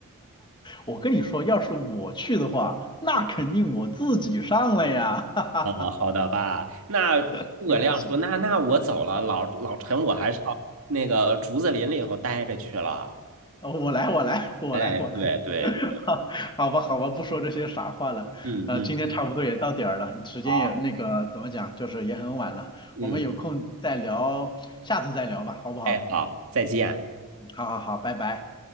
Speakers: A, on the left; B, on the right.
A: 我跟你说，要是我去的话，那肯定我自己上了呀，<laughs> 哈哈哈，
B: 哦，好的吧。那诸葛亮说：
A: <laughs> 行吧，行。
B: “那那我走了，老老陈，我还是要那个竹子林里头待着去了。”
A: 呃，我来，我来，我来，
B: 哎，
A: 我来，
B: 对对，
A: <laughs> 好好吧，好吧，不说这些傻话了。
B: 嗯嗯，
A: 呃，今天差不多也到点儿了，时间也那个怎么讲，
B: 好，
A: 就是也很晚了。
B: 嗯，
A: 我们有空再聊，下次再聊吧，好不好？
B: 哎，好，再见。
A: 好好好，拜拜。